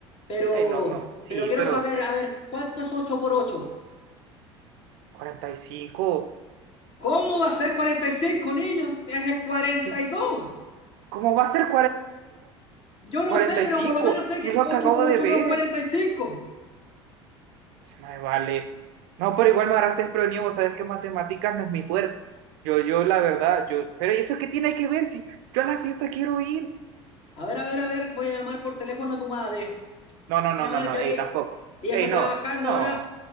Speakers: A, on the left; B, on the right.
A: Pero,
B: hey, no, no. Sí,
A: pero quiero
B: pero
A: saber, a ver, ¿cuánto es 8 por 8?
B: 45.
A: ¿Cómo va a ser 45 niños? Es el cuarenta
B: sí,
A: y dos.
B: ¿cómo va a ser
A: Yo no
B: 42?
A: sé, pero
B: 45,
A: por lo menos sé
B: si
A: que
B: es lo
A: 8
B: que acabo
A: por 8
B: de ver.
A: no es 45.
B: No me vale. No, pero igual me agarraste desprevenido, vos sabés que matemáticas no es mi fuerte. Yo, yo, la verdad, yo, pero ¿eso qué tiene que ver si yo a la fiesta quiero ir?
A: A ver, a ver, a ver, voy a llamar por teléfono a tu madre.
B: No, no,
A: Voy
B: no,
A: a llamar
B: no, no,
A: ya
B: ey,
A: que
B: tampoco.
A: ella
B: Ey,
A: está
B: no,
A: trabajando
B: no,
A: ahora.